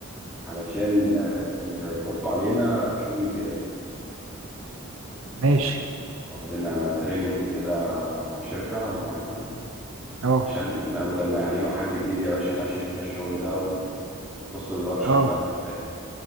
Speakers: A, in the centre; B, on the right (about 75°).
A: علشان آه، يحطوا علينا شغل زيادة
B: ماشي
A: تمام واخدين تريننج كده تبع شركة معينة
B: اه
A: عشان بدل ما يعينوا حد جديد يا باشا لا شيل انت الشغل ده و... وكوست برودكشن
B: اه
A: بقى انت فاهم